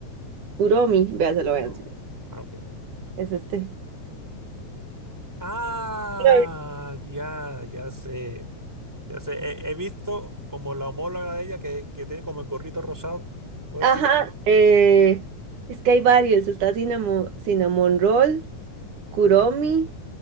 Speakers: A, on the right; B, in the centre.
A: Kuromi, vea, se
B: Puro.
A: lo voy a enseñar.
B: Ah, ok.
A: Es este.
B: Ah,
A: Ay.
B: ya, ya sé. Ya sé. He, he visto como la homóloga de ella que, que tiene como el gorrito rosado. ¿Puede
A: Ajá,
B: ser?
A: eh, es que hay varios. Está cinnamon, cinnamon roll, Kuromi